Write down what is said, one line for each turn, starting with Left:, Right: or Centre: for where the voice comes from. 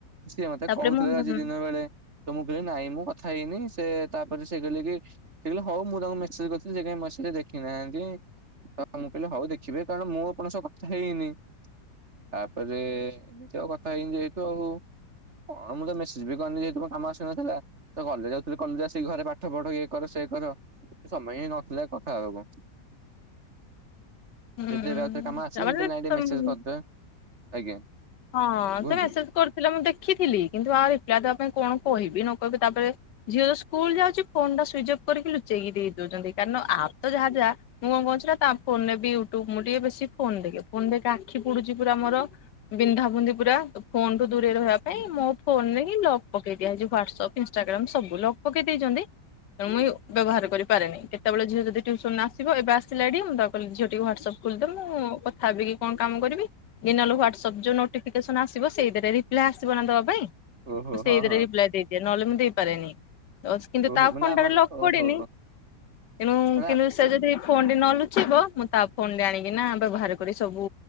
Right: ସିଏ ମତେ
Left: ତାପରେ
Right: କହୁଥିଲେ
Left: ମୁଁ ହୁଁ
Right: ଆଜି ଦିନ ବେଳେ ତ ମୁତ କହିଲି ନାଇଁ ମୁଁ କଥା ହେଇନି। ସେ ତାପରେ ସେ କହିଲେକି ସେକହିଲେ ହଉ ମୁଁ ତାଙ୍କୁ ମେସେଜ୍ କରିଥିଲି ସେ କାଇଁ ମେସେଜ୍ ଦେଖି ନାହାନ୍ତି। ତ ମୁଁ କହିଲି ହଉଦେଖିବି କାରଣ ମୁଁ ଆପଣଙ୍କ ସହ କଥା ହେଇନି। ତାପରେ ଏମିତି ଆଉ କଥା ହେଇନି ଯେହେତୁ ଆଉ। କଣ ମୁଁ ତ ମେସେଜ୍ ବି କରିନି ଯେତମ କାମ ଆସିନଥିଲା ତ କଲେଜ୍ ଯାଉଥୁଲି କଲେଜ୍ ଆସିକି ଘରେ ପାଠ ପଢ ଇଏ କର ସେ କି କରିବ ସମୟ ହି ନଥିଲା କଥା ହେବାକୁ।
Left: ହୁଁ
Right: ଯଦି ଏବେ ଆଉଥରେ କାମ ଆସିବ
Left: ତାପରେ
Right: ମୁଁ କହିଲି ନାଇଁ ଟିକେ ମେସେଜ କରିଦବା ଆଜ୍ଞା।
Left: ହଁ
Right: କୁହନ୍ତୁ
Left: ସେ ମେସେଜ କରିଥିଲେ ମୁଁ ଦେଖିଥିଲି କିନ୍ତୁ ଆଉ ରିପ୍ଲାଏ ଦେବା ପାଇଁ କଣ କହିବି ନ ହିବୁ ତାପରେ ଝିଅ ତ ସ୍କୁଲ ଯାଉଛି ଫୋନ ଟା ସୁଇଚ୍ ଅଫ୍ କରିକି ଲୁଚେଇକି ଦେଇ ଦେଉଚନ୍ତି କାରଣ ଆପ ତ ଯାହା ଯା ମୁଁ କଣ ସେରା ତା ଫୋନରେ ବି ୟୁଟୁବ ମୁଁ ଟିକେ ବେଶୀ ଫୋନ ଦେଖେ ଫୋନ ଦେଖେ ଆଖି ପୁଡୁଛି ପୁରା ମୋର। ବିନ୍ଧା ବୁନ୍ଦି ପୁରା ଫୋନ୍ ଠୁ ଦୂରେଇ ରହିବା ପାଇଁ ମୋ ଫୋନ୍ ରେ ହିଁ ଲକ୍ ପକେଇ ଦିଆହେଇଚି ହ୍ୱାଟସପ୍ ଇନ୍ଷ୍ଟା ସବୁ ଲକ ପକେଇ ଦେଇଛନ୍ତି? ତେଣ ମୁଁ ବ୍ୟବହାର କରିପାରେନି, କେତେବେଳେ ଝିଅ ଯଦି ଟ୍ୟୁସନରେ ଆସିବ, ଏବେ ଆସିଲା ମୁଁ ତାକୁ କହିଲି ଝିଅ ଟିକେ ହ୍ୱାଟସଆପ ଖୋଲିଦେ ମୁଁ କଥା ହେବି କି କଣ କାମ କରିବି, କି ନହେଲେ ହ୍ଵାଟ୍ସଆପ ସବୁ ଯୋଉ ନୋଟିଫିକେସନ ଆସିବ ସେଇଥିରେ ରିପ୍ଲାଏ ଆସିବ ନା ଦେବା ପାଇଁଁ
Right: ଓହୋ
Left: ସେଇଥିରେ
Right: ହଁ ହଁ
Left: ରିପ୍ଲାଏ ଦେଇଦିଏ। ନଲେମୁଁ ଦେଇପାରେନି କିନ୍ତୁ
Right: ଓହୋ
Left: ତା
Right: ମାନେ
Left: ଫୋନଟା
Right: ଆମ
Left: ଲକ
Right: ଓହୋ
Left: ପଡିନି ତେଣୁ
Right: ମାନେ
Left: କିନ୍ତୁ ସେ ଯଦି ଫୋନ ଟି ନ ଲୁଚିବ ମୁଁ ତାପରେ ଫୋନ ରେ ଆଣିକିନା ବ୍ୟବହାର କରି ସବୁ